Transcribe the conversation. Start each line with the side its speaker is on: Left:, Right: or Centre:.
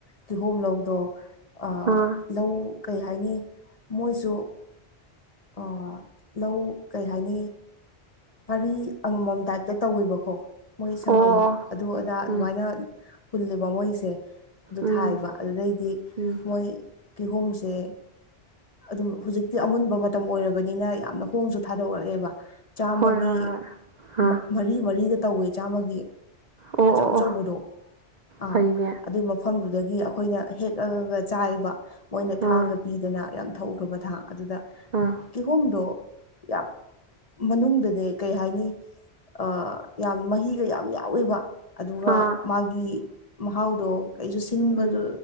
Left: ꯀꯤꯍꯣꯝ ꯂꯧꯗꯣ ꯑ
Right: ꯑꯥ
Left: ꯂꯧ ꯀꯩꯍꯥꯏꯅꯤ ꯃꯣꯏꯁꯨ ꯑ ꯂꯧ ꯀꯩꯍꯥꯏꯅꯤ ꯄꯔꯤ ꯑꯃꯃꯝ ꯗꯥꯏꯞꯇ ꯇꯧꯋꯦꯕꯀꯣ ꯃꯣꯏ ꯁꯪꯉꯝ
Right: ꯑꯣ ꯑꯣ
Left: ꯑꯗꯨ ꯑꯗꯥ ꯑꯗꯨꯃꯥꯏꯅ
Right: ꯎꯝ
Left: ꯄꯨꯜꯂꯦꯕ ꯃꯣꯏꯁꯦ ꯑꯗꯨ
Right: ꯎꯝ
Left: ꯊꯥꯏꯕ ꯑꯗꯨꯗꯩꯗꯤ
Right: ꯎꯝ
Left: ꯃꯣꯏ ꯀꯤꯍꯣꯝꯁꯦ ꯑꯗꯨꯝ ꯍꯧꯖꯤꯛꯇꯤ ꯑꯃꯨꯟꯕ ꯃꯇꯝ ꯑꯣꯏꯔꯕꯅꯤꯅ ꯌꯥꯝꯅ ꯍꯣꯡꯁꯨ ꯊꯥꯗꯣꯛꯔꯛꯑꯦꯕ ꯆꯥꯝꯃꯒꯤ
Right: ꯍꯣꯏ ꯍꯣꯏ ꯍꯣꯏ ꯑꯥ
Left: ꯃ ꯃꯔꯤ ꯃꯔꯤꯒ ꯇꯧꯌꯦ ꯆꯥꯝꯃꯒꯤ
Right: ꯑꯣ
Left: ꯑꯆꯧ
Right: ꯑꯣ
Left: ꯑꯆꯧꯕꯗꯣ
Right: ꯑꯣ
Left: ꯑ
Right: ꯐꯩꯅꯦ
Left: ꯑꯗꯨꯏ ꯃ ꯃꯐꯝꯗꯨꯗꯒꯤ ꯑꯩꯈꯣꯏꯅ ꯍꯦꯛꯑꯑꯒ ꯆꯥꯏꯕ ꯃꯣꯏꯅ
Right: ꯑꯥ
Left: ꯊꯥꯡꯒ ꯄꯤꯗꯅ ꯌꯥꯝ ꯊꯧꯈ꯭ꯔꯕ ꯊꯥꯛ ꯑꯗꯨꯗ
Right: ꯑꯥ
Left: ꯀꯤꯍꯣꯝꯗꯣ ꯌꯥꯝ ꯃꯅꯨꯡꯗꯅꯦ ꯀꯩ ꯍꯥꯏꯅꯤ ꯑ‌ ꯌꯥꯝ ꯃꯍꯤꯒ ꯌꯥꯝ ꯌꯥꯎꯌꯦꯕ ꯑꯗꯨꯒ
Right: ꯑꯥ
Left: ꯃꯥꯒꯤ ꯃꯍꯥꯎꯗꯣ ꯀꯩꯁꯨ ꯁꯤꯟꯕꯗꯨ
Right: ꯎꯝ